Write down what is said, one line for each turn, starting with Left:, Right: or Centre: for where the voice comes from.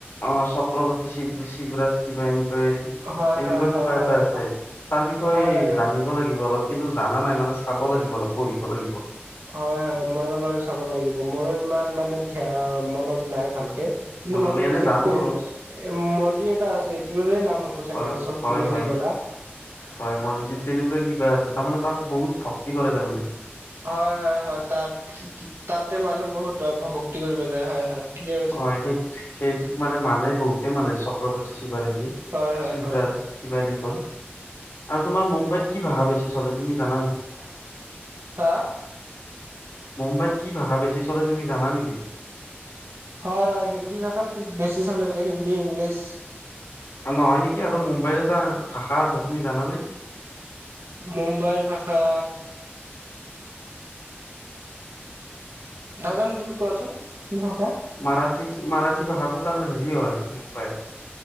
Left: অ চক্ৰৱৰ্তী শিৱ শিৱৰাজ কিবা এনেকুৱা ই
Right: হয়
Left: এনেকুৱা
Right: হয় হয়
Left: কিবা
Right: হয়
Left: এটা আছে
Right: হয়
Left: তাৰ বিষয়ে
Right: হয়
Left: জানিব লাগিব অলপ কিন্তু জানা নাই মানে চাব লাগিব, অলপ পঢ়িব লাগিব।
Right: হয় হয় ময়ো বাৰু চাব লাগিব, মোৰো ইমান মানে ধ্যা মনত নাই ভালকে। কিন্তু
Left: মানুহ
Right: মনত
Left: এনে
Right: আছে
Left: জানো
Right: কি কেন
Left: আৰু
Right: এ, মন্দিৰ এটা আছে। এইটোৰে নাম হ'ব চাগে,
Left: অ
Right: চব
Left: হয়
Right: তুমি,
Left: হয়
Right: যি গ'লা।
Left: হয়, মন্দিৰ। তেনেকুৱা কিবা আছে। তাৰমানে, তাত বহুত ভক্তি কৰে, তাৰমানে।
Right: হয়, হয়, হয়! তাত, তাতে মানুহ বহুত, ভক্তি কৰিব যায়। হয়, হয়! ঠিকে কৈছা
Left: হয়! সেই, সেইটোত মানে, মানে বহুতে মানে, চক্ৰৱৰ্তী শিৱাৰ্জী।
Right: হয় হয়
Left: শিৱৰাজ,
Right: হয়
Left: কিবা এনেকুৱা। আৰু তোমাৰ, মুম্বাইত কি ভাষা বেছি চলে, তুমি জানা নেকি?
Right: হা!
Left: মুম্বাইত কি ভাষা বেছি চলে, তুমি জানা নেকি?
Right: হয়, হয়! হিন্দী ভাষাত, বেছি চলে, হিন্দী, ইংলিছ।
Left: নহয় নেকি আৰু। মুম্বাইৰ এটা ভাষা আছে, তুমি জানানে?
Right: মুম্বাইৰ ভাষা, নাজানোঁ। তুমি কোৱাচোন, কি ভাষা?
Left: মাৰাঠী, মাৰাঠী ভাষাটো তাৰ সেৰি হয়, মুম্বাইৰ।